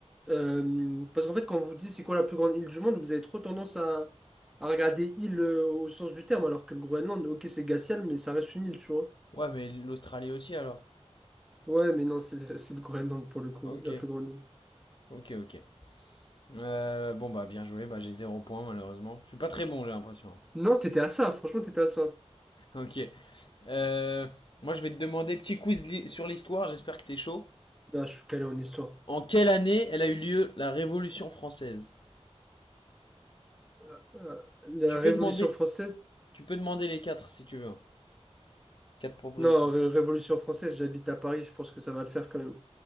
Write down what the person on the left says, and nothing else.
Ouais, mais l'Australie aussi alors.
Ok,
ok, ok. Euh, bon, bah, bien joué. Bah, j'ai zéro point malheureusement. Je suis pas très bon, j'ai l'impression.
Ok. Euh, moi, je vais te demander petit quiz li- sur l'histoire. J'espère que t'es chaud.
En quelle année elle a eu lieu la Révolution française?
Tu peux
demander,
tu peux demander les quatre si tu veux. Quatre propositions.